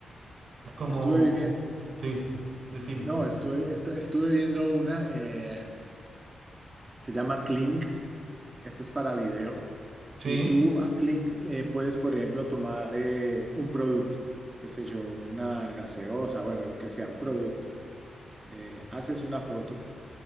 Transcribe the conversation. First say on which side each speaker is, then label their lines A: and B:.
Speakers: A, on the right; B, on the right.
A: Es como,
B: Estuve viendo,
A: sí, decime.
B: no, estuve, estu- estuve viendo una. eh, Se llama Kling. Esto es para video.
A: Sí,
B: Y tú a Kling eh, puedes, por ejemplo, tomar eh, un producto, qué sé yo, una gaseosa, bueno, lo que sea, un producto. Le haces una foto,